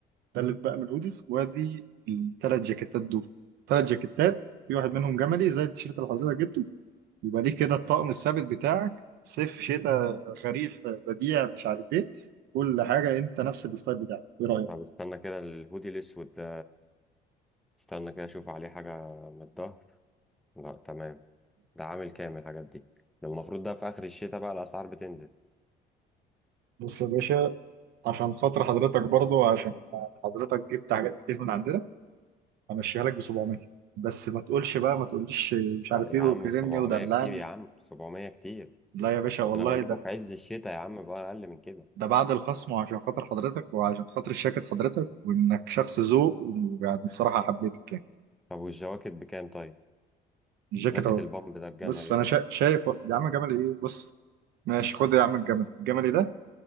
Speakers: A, on the right; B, in the centre.
A: تلت بقى من الهوديز وادي التلات جاكيتات دول تلات جاكيتات في واحد منهم جملي زي التيشيرت اللي حضرتك جبته يبقى ليه كده الطقم الثابت بتاعك صيف شتاء خريف بديع مش عارف ايه كل حاجة انت نفس الستايل بتاعك ايه رأيك؟
B: طب استنى كده الهودي الاسود ده استنى كده اشوف عليه حاجه من الظهر لا تمام ده عامل كام الحاجات دي ده المفروض ده في اخر الشتاء بقى الاسعار بتنزل
A: بص يا باشا عشان خاطر حضرتك برضو عشان حضرتك جبت حاجات كتير من عندنا همشيها لك ب 700 بس ما تقولش بقى ما تقوليش مش
B: لا
A: عارف
B: يا
A: ايه
B: عم
A: وكرمني
B: 700
A: ودلعني
B: كتير يا عم 700 كتير
A: لا يا باشا
B: ده
A: والله
B: انا بجيبه
A: ده
B: في عز الشتاء يا عم بقى اقل من كده
A: ده بعد الخصم وعشان خاطر حضرتك وعشان خاطر الجاكيت حضرتك وانك شخص ذوق ويعني الصراحه حبيتك يعني
B: طب والجواكت بكام طيب
A: الجاكيت
B: جاكيت
A: اهو
B: البامب ده الجملي
A: بص
B: ده
A: انا شا... شايف يا عم جملي ايه بص ماشي خد يا عم الجملي الجملي ده